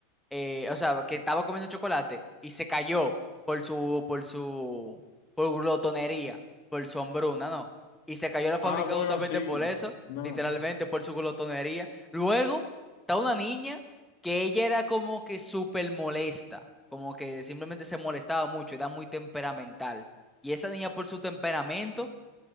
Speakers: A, in the centre; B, on the left.
A: eh, o sea, que estaba comiendo chocolate y se cayó por su, por su, por glotonería, por su hambruna, ¿no? Y se cayó la fábrica
B: Ah, bueno,
A: justamente
B: sí.
A: por
B: bu-
A: eso,
B: No,
A: literalmente, por su glotonería. Luego está una niña que ella era como que súper molesta, como que simplemente se molestaba mucho, era muy temperamental. Y esa niña por su temperamento,